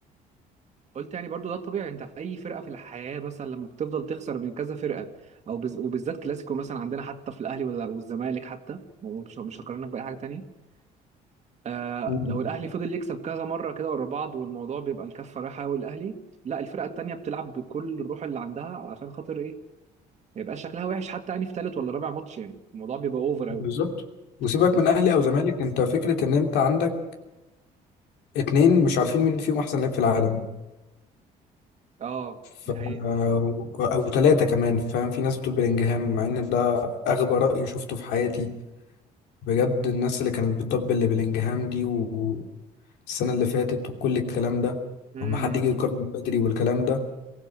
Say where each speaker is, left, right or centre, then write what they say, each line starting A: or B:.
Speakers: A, on the right; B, on the left.
A: قلت يعني برضو ده الطبيعي انت في اي فرقه في الحياه مثلا لما بتفضل تخسر من كذا فرقه او بز... وبالذات كلاسيكو مثلا عندنا حتى في الاهلي ولا والزمالك حتى ومش مش هقارنك باي حاجه تانية آه
B: مم.
A: لو الاهلي فضل يكسب كذا مره كده ورا بعض والموضوع بيبقى الكفه رايحه قوي الاهلي لا الفرقه التانية بتلعب بكل الروح اللي عندها عشان خاطر ايه ما يبقاش شكلها وحش حتى يعني في ثالث ولا رابع ماتش يعني الموضوع بيبقى اوفر قوي
B: بالظبط وسيبك
A: بس
B: من اهلي او زمالك انت فكره ان انت عندك اتنين مش عارفين مين فيهم احسن لاعب في العالم
A: اه
B: ف...
A: دي حقيقه
B: او أو تلاتة كمان فاهم في ناس بتقول بلينجهام مع ان ده اغبى رأي شفته في حياتي بجد الناس اللي كانت بتطبل لبلينجهام دي والسنة اللي فاتت وكل الكلام ده
A: امم
B: وما حد يجي يقارن بدري والكلام ده